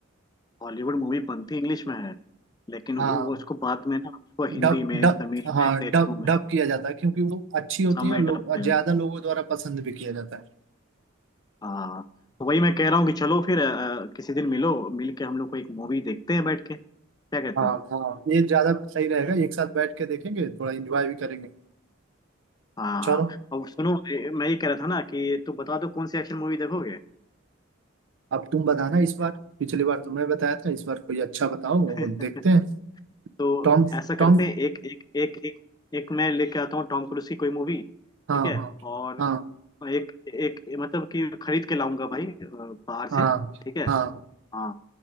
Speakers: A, on the left; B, on the right.
A: हॉलीवुड मूवी बनती इंग्लिश में है लेकिन
B: हाँ
A: वो वो उसको बाद में ना उसको हिंदी
B: डब
A: में
B: डब
A: तमिल
B: हाँ
A: में तेलुगु
B: डब
A: में
B: डब किया जाता है क्योंकि वो अच्छी होती
A: सब
B: है
A: में
B: और लोग
A: डब किया
B: ज्यादा
A: जाता है।
B: लोगों द्वारा पसंद भी किया जाता है
A: हाँ तो वही मैं कह रहा हूँ कि चलो फिर अ, किसी दिन मिलो मिल के हम लोग को एक मूवी देखते हैं बैठ के क्या कहते
B: हाँ
A: हो
B: हाँ ये ज्यादा सही रहेगा एक साथ बैठ के देखेंगे थोड़ा एंजॉय भी करेंगे
A: हाँ
B: चलो
A: हाँ अब सुनो ए- मैं ये कह रहा था ना कि तू बता दो कौन सी एक्शन मूवी देखोगे
B: अब तुम बताना इस बार पिछली बार तुमने बताया था इस बार कोई अच्छा बताओ
A: <laughs>
B: और देखते हैं
A: तो
B: टॉम
A: ऐसा करते
B: टॉम
A: हैं एक एक एक एक एक मैं लेके आता हूँ टॉम क्रूज की कोई मूवी
B: हाँ
A: ठीक है
B: हाँ
A: और
B: हाँ
A: एक एक मतलब कि खरीद के लाऊंगा भाई अ, बाहर से
B: हाँ
A: ठीक है
B: हाँ
A: हाँ,